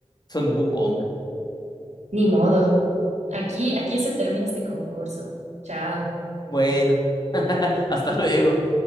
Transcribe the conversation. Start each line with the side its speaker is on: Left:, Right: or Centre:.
Left: Son Wukong.
Right: Ni modo. Aquí, aquí se termina este concurso. Chao.
Left: Bueno, <laughs> hasta luego.